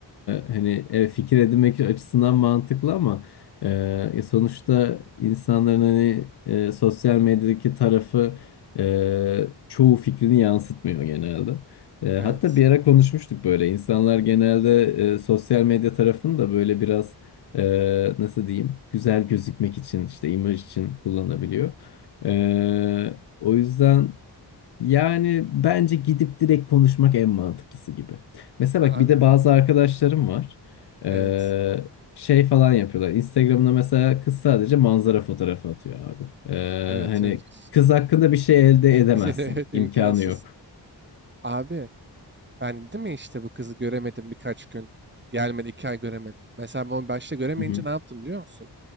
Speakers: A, on the left; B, on the right.
A: hani e, fikir edinmek açısından mantıklı ama e, ya sonuçta insanların hani e, sosyal medyadaki tarafı e, çoğu fikrini yansıtmıyor genelde. E,
B: Evet.
A: hatta bir ara konuşmuştuk böyle. İnsanlar genelde e, sosyal medya tarafını da böyle biraz e, nasıl diyeyim güzel gözükmek için işte imaj için kullanabiliyor. E, o yüzden yani bence gidip direkt konuşmak en mantıklısı gibi. Mesela
B: Abi.
A: bak bir de bazı arkadaşlarım var. E,
B: Evet.
A: şey falan yapıyorlar. Instagram'da mesela kız sadece manzara fotoğrafı atıyor abi. E,
B: Evet
A: hani
B: evet. <laughs>
A: kız hakkında bir şey elde edemezsin.
B: İşte Evet imkansız.
A: İmkanı yok.
B: Abi ben dedim ya işte bu kızı göremedim birkaç gün. Gelmedi iki ay göremedim. Mesela ben onu başta göremeyince
A: Hı
B: ne yaptım biliyor musun?